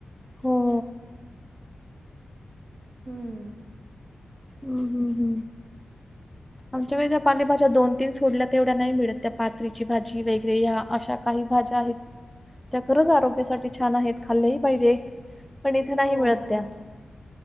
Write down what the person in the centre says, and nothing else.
हो.
हं, हं, हं. आमच्याकडे त्या पालेभाज्या दोन, तीन सोडल्या तेवढ्या नाही मिळत, त्या पातरीची भाजी वगैरे ह्या अशा काही भाज्या आहेत त्या खरंच आरोग्यासाठी छान आहेत खाल्लेही पाहिजे, पण इथे नाही
मिळत
त्या.